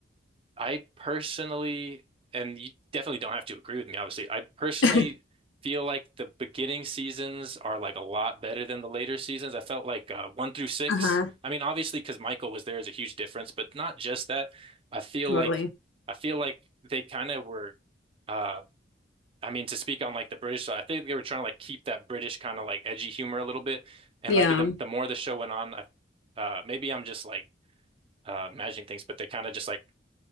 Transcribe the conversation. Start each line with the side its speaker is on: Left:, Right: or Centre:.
Right: I personally, and you definitely don't have to agree with me, obviously. I personally
Left: <laughs>
Right: feel like the beginning seasons are like a lot better than the later seasons. I felt like uh, one through six.
Left: Uh-huh.
Right: I mean, obviously, because Michael was there is a huge difference, but not just that. I feel
Left: Totally.
Right: like I feel like they kind of were. uh, I mean, to speak on like the British side, I think they were trying to like keep that British kind of like edgy humor a little bit. And
Left: Yeah.
Right: like the the more the show went on, I, uh, maybe I'm just like uh, imagining things, but they kind of just like